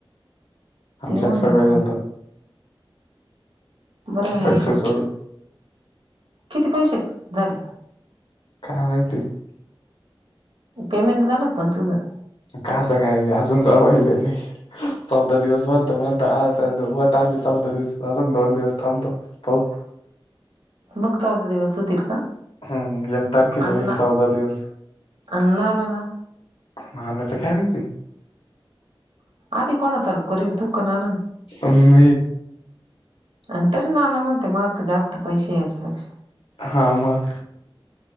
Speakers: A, on the left (about 80°); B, on the right (about 75°).
A: आमच्या
B: ते म्हणलं
A: सगळं
B: थाय
A: येतं?
B: बरं आहे मग
A: पैसे सोडून
B: किती झाले.
A: काय वाजेत.
B: पेमेंट झालं का पण तुझं.
A: कायच काय अजून जा पहिल नाही. चौदा दिवस बणत म्हणता आता होत आले, चौदा दिवस अजून दोन दिवस थांबतो? <unintelligible>
B: मग चौदा दिवस होतील का?
A: हम् एक तारखेला
B: आणि
A: होईल चौदा दिवस.
B: आणि नानाला
A: <unintelligible>
B: आधी कोण चालू करेल तू की ननंद?
A: अन मी
B: पण तरी नाना म्हणते मला जास्त पैसे याच्यापेक्षा.
A: हा मग.